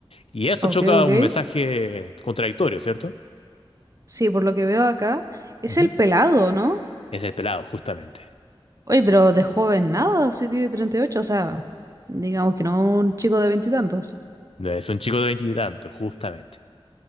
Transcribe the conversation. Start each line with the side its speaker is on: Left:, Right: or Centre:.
Left: Y eso
Right: Ok,
Left: choca
Right: ok.
Left: un mensaje contradictorio, ¿cierto?
Right: Sí, por lo que veo acá, es
Left: Ujú.
Right: el pelado, ¿no?
Left: Es el pelado, justamente.
Right: Oye, pero de joven nada, sí tiene 38, o sea, digamos que no un chico de veintitantos.
Left: No es un chico de veintitantos, justamente.